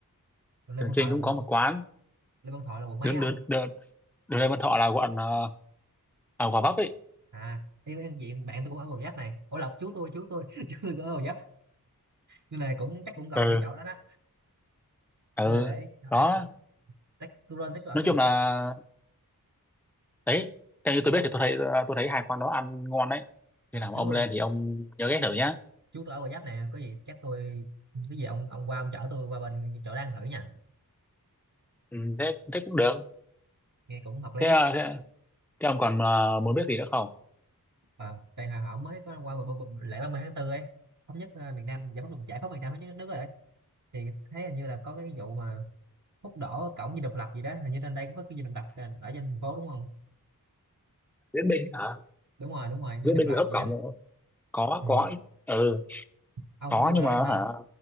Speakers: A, on the right; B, in the centre.
A: đường Lê
B: Đường
A: Văn
B: Chinh
A: Thọ là
B: cũng
A: quận
B: có một quán.
A: Lê Văn Thọ là quận mấy
B: Đường,
A: không
B: đường, đường, đường Lê Văn Thọ là quận ờ, à, Gò Vấp ấy.
A: à em, em diện bạn tôi cũng ở Gò Vấp này ủa lộc chú tôi chú tôi <laughs> chú tôi cũng ở Gò Vấp nên là cũng chắc cũng gần
B: Ừ.
A: cái chỗ đó đó
B: Ừ.
A: nên là để
B: Đó,
A: để, để tách tôi lên tách tôi
B: nói
A: ở nhà
B: chung là
A: chú tôi á.
B: đấy, theo như tôi biết thì tôi thấy ờ, tôi thấy hai quán đó ăn ngon đấy.
A: à,
B: Khi nào
A: chú
B: mà ông
A: tôi
B: lên thì ông nhớ ghé thử nhá.
A: chú tôi ở Gò Vấp này có gì chắc tôi cái gì ông ông qua ông chở tôi qua bên chỗ đang thử nha
B: Ừ, thế thế cũng được.
A: nghe cũng hợp lý
B: Thế, ờ,
A: ấy.
B: thế Thế ông còn ờ, muốn biết gì nữa không?
A: à, tại hồi họ mới có qua b- b- b- lễ 30 tháng 4 ấy thống nhất ờ, miền Nam giải phóng miền- giải phóng miền Nam thống nhất đất nước rồi ấy. thì thấy hình như là có cái vụ mà hút đỏ cổng Dinh Độc Lập gì đó hình như trên đây cũng có cái Dinh Độc Lập trên- ở trên thành phố đúng không
B: Viễn binh hả?
A: đúng rồi đúng rồi
B: Viễn
A: Dinh Độc
B: binh
A: Lập
B: là hấp
A: gì
B: cổng
A: đó
B: không? Có,
A: ừ.
B: có. Ừ,
A: ông
B: có
A: có đi qua
B: nhưng
A: đó
B: mà
A: lần nào
B: hả?